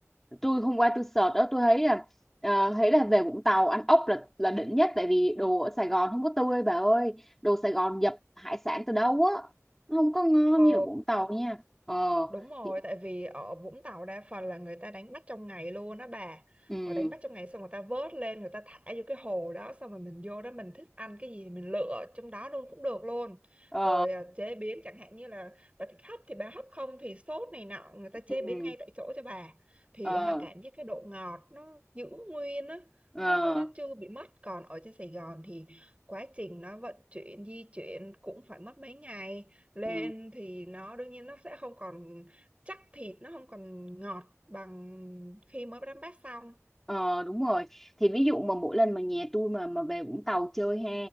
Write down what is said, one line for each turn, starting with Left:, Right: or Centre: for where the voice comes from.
Centre: tôi hôm qua tôi search đó tôi thấy là à, thấy là về Vũng Tàu ăn ốc là là đỉnh nhất tại vì đồ ở Sài Gòn không có tươi bà ơi đồ Sài Gòn nhập hải sản từ đâu á nó không có ngon
Right: Ồ
Centre: như ở Vũng Tàu nha ờ
Right: Đúng rồi,
Centre: thì
Right: tại vì ở Vũng Tàu đa phần là người ta đánh bắt trong ngày luôn đó bà.
Centre: ừ
Right: Họ đánh bắt trong ngày xong người ta vớt lên, người ta thả vô cái hồ đó xong rồi mình vô đó mình thích ăn cái gì mình lựa trong đó luôn cũng được luôn.
Centre: ờ
Right: Rồi à, chế biến chẳng hạn như là bà thích hấp thì bà hấp không thì sốt này nọ người ta chế
Centre: ừ
Right: biến ngay tại chỗ cho bà. Thì
Centre: ờ
Right: ha, cảm giác cái độ ngọt nó giữ nguyên á,
Centre: ờ
Right: nó, nó chưa bị mất. Còn ở trên Sài Gòn thì quá trình nó vận chuyển di chuyển cũng phải mất mấy ngày lên
Centre: ừ
Right: thì nó đương nhiên nó sẽ không còn chắc thịt nó không còn ngọt bằng khi mới đánh bát xong
Centre: Ờ đúng rồi thì ví dụ mà mỗi lần mà nhà tôi mà mà về Vũng Tàu chơi ha